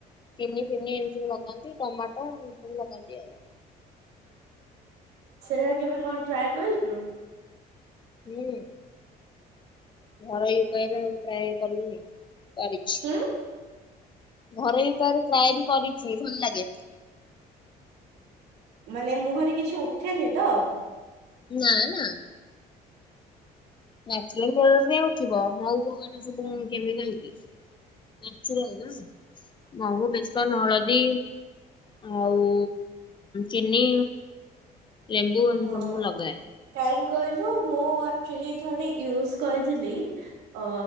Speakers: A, on the left; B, on the right.
A: ଚିନି ଫିନି ଏମି ସବୁ ଲଗାନ୍ତି ଟମାଟୋ ହ ଲାଗନ୍ତି ଆଉ
B: ସେଇଟା କେବେ କଣ ଟ୍ରାଏ କରିଛୁ?
A: ହୁଁ ଘରୋଇ ଉପାୟ ଟ୍ରାଇ କରିଵି। କରିଛି।
B: ହୁଁ
A: ଘରେ ଵି ଥରେ ଟ୍ରାଇ ବି କରିଛି ଭଲ ଲାଗେ।
B: ମାନେ ମୁହଁରେ କିଛି ଉଠେନି ତ?
A: ନା ନା। ନ୍ୟାଚୁରାଲ୍ ଉଠିବ ମହୁ ଫହୁ ସବୁ କେମିକାଲ କିନ୍ୟାଚୁରାଲ୍ନ ନା ମହୁ ବେସନ ହଳଦୀ ଆଉ ଚିନି। ଲେମ୍ବୁ ଏମିତି
B: ହଁ
A: ସବୁ ଲଗାଏ।
B: କାହିଁ କହିଲୁ ମୁଁ ଅକ୍ଚ୍ୟାଲି ଥରେ ୟୁଜ କରିଥିଲି ଅ